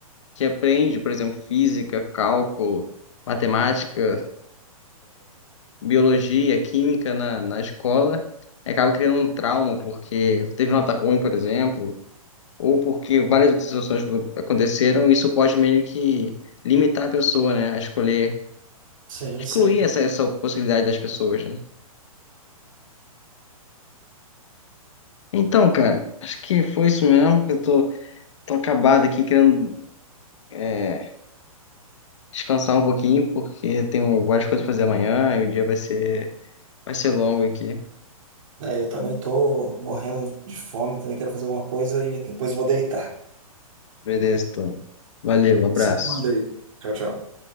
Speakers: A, on the left (about 55°); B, on the right (about 60°).
A: que aprende, por exemplo, física, cálculo, matemática, biologia, química na, na escola. E acaba criando um trauma porque teve nota ruim, por exemplo, ou porque várias outras situações que aconteceram. Isso pode meio que limitar a pessoa, né, a escolher,
B: Sim,
A: excluir
B: sim.
A: essa, essa possibilidade das pessoas, né? Então, cara, acho que foi isso mesmo. Eu tô, tô acabado aqui querendo é, descansar um pouquinho, porque tenho várias coisas pra fazer amanhã e o dia vai ser, vai ser longo aqui.
B: É, eu também tô morrendo de fome, também quero fazer alguma coisa e depois eu vou deitar.
A: Beleza, então. Valeu, um abraço.
B: Se cuida aí. Tchau, tchau.